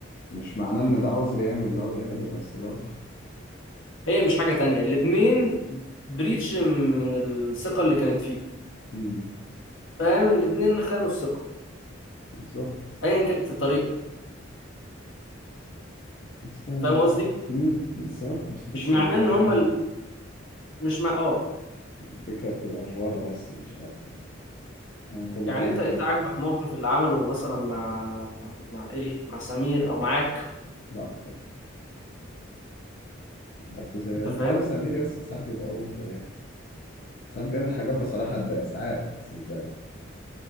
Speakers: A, on the left (about 45°); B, on the left (about 80°).
A: مش معناه ان ده عذر يعمل اللي هو بيعمله بس برضه
B: هي مش حاجه تانية الاتنين بريتش من الثقه اللي كانت فيكم
A: امم
B: فاهم الاتنين خانوا الثقه
A: بالظبط
B: ايا كانت الطريقه
A: بس آه،
B: فاهم قصدي
A: امم بس عارف مش فكرة
B: مش معناه
A: انها
B: ان
A: اوفر
B: هم ال... مش مع اه
A: الفكرة في الافوارة بس مش اكتر يعني كل
B: يعني
A: حاجة
B: انت
A: حلوة
B: انت عاجبك موقف اللي عمله مثلا مع مع ايه مع سمير او معاك
A: لا طبعا بس زي-
B: انت فاهم
A: انت عارف سمير يس ساعات بيبقى اوفر يعني ساعات بيعمل حاجات بصراحة تضايق ساعات بس مش دايما